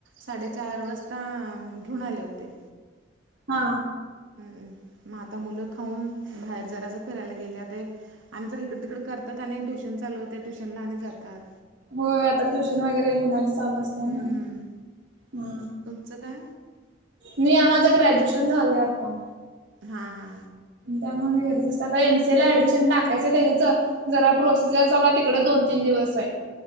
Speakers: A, on the right; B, on the right.
A: साडेचार वाजता घेऊन आले होते
B: हा
A: हम्म मग आता मुलं खाऊन बाहेर जराच फिरायला गेले ते आणि जर इकडं तिकडे करतात आणि ट्यूशन चालू होतंय ट्यूशनला आणि जातात
B: होय आता ट्युशन वगैरे मुलांच चालू असते
A: हम्म
B: ना ह
A: तुमचं काय
B: मी माझं ग्रॅज्युएशन झालं आता
A: हा हा
B: त्यामुळे हे गरज असत आता एमसीए ला ऍडमिशन टाकायचं त्याच्याचं जरा प्रोसिजर चाला तिकडे दोन तीन दिवस आहे